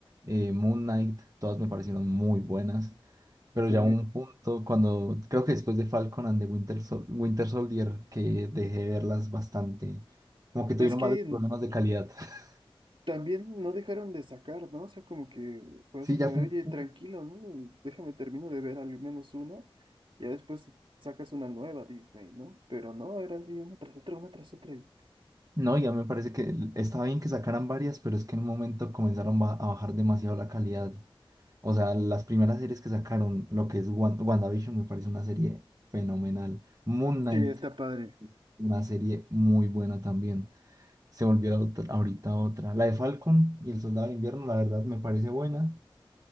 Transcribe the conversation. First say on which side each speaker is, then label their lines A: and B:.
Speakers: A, on the right; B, on the right.
A: eh, Moon Knight, todas me parecieron muy buenas. Pero
B: sí.
A: ya hubo un punto cuando, creo que después de Falcon and the Winter, Sol- Winter Soldier, que dejé de verlas bastante, como que tuvieron
B: Es que
A: varios problemas de calidad. <laughs>
B: también no dejaron de sacar, ¿no? O sea, como que fue
A: Sí,
B: así como
A: ya fue
B: de, oye,
A: un punto.
B: tranquilo, ¿no? Déjame termino de ver al menos una, ya después sacas una nueva Disney, ¿no? Pero no, era así una tras otra, una tras otra. y-
A: No, ya me parece que el- estaba bien que sacaran varias, pero es que en un momento comenzaron ba- a bajar demasiado la calidad. O sea, las primeras series que sacaron, lo que es Wan- WandaVision, me parece una serie fenomenal. Moon Knight,
B: Sí, está padre.
A: una serie muy buena también. Se volvió otra- ahorita otra. La de Falcon y el Soldado de Invierno, la verdad, me parece buena.